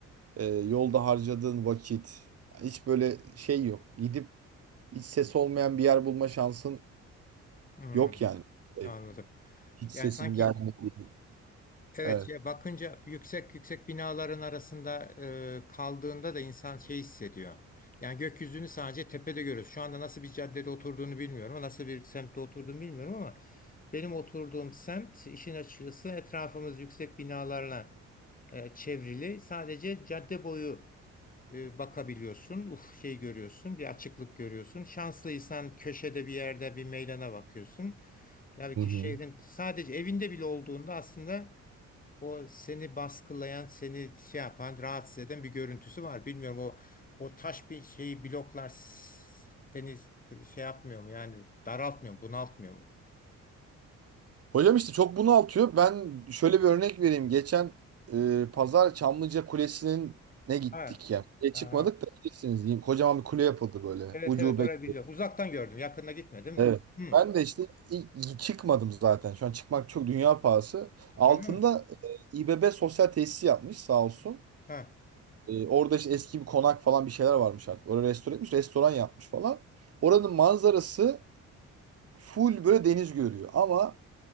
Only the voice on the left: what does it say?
Hmm,
anladım.
Yani sanki
Evet
ya bakınca yüksek yüksek binaların arasında e, kaldığında da insan şey hissediyor. Yani gökyüzünü sadece tepede görüyoruz. Şu anda nasıl bir caddede oturduğunu bilmiyorum, nasıl bir semtte oturduğunu bilmiyorum ama benim oturduğum semt işin açıkçası etrafımız yüksek binalarla e, çevrili. Sadece cadde boyu e, bakabiliyorsun. Uf şey görüyorsun, bir açıklık görüyorsun. Şanslıysan köşede bir yerde bir meydana bakıyorsun. Tabii
ki
şehrin sadece evinde bile olduğunda aslında o seni baskılayan, seni şey yapan, rahatsız eden bir görüntüsü var. Bilmiyorum o o taş bir şeyi bloklar s- seni şey yapmıyor mu? Yani daraltmıyor mu, bunaltmıyor mu?
Ha,
aha.
Evet
evet orayı
biliyorum. Uzaktan gördüm, yakında gitmedim
de. Hı.
Öyle mi?
Ha.